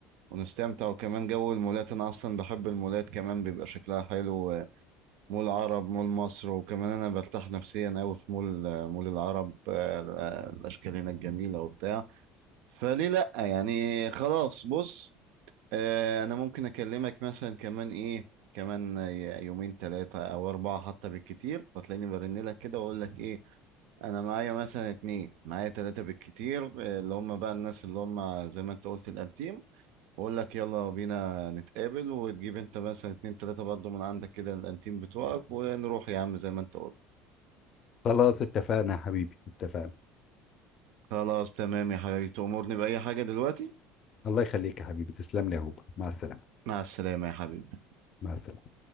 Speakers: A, on the right; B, on the left.
A: ونستمتع وكمان جو المولات انا اصلا بحب المولات كمان بيبقى شكلها حلو مول عرب مول مصر وكمان انا برتاح نفسيا قوي في مول مول العرب آه، آه، الاشكال هناك جميله وبتاع فليه لا يعني خلاص بص آه، انا ممكن اكلمك مثلا كمان ايه كمان يومين ثلاثه او اربعه حتى بالكتير فتلاقيني برن لك كده واقول لك ايه انا معايا مثلا اتنين معايا ثلاثه بالكتير آه، اللي هم بقى الناس اللي هم زي ما انت قلت الانتيم بقول لك يلا بينا نتقابل وتجيب انت مثلا اتنين تلاتة برضه من عندك كده الانتيم بتوعك ونروح يا عم زي ما انت قلت
B: خلاص اتفقنا يا حبيبي اتفقنا
A: خلاص تمام يا حبيبي تأمرني بأي حاجة دلوقتي
B: الله يخليك يا حبيبي تسلم لي يا هوبا مع السلامة
A: مع السلامة يا حبيبي
B: مع السلامة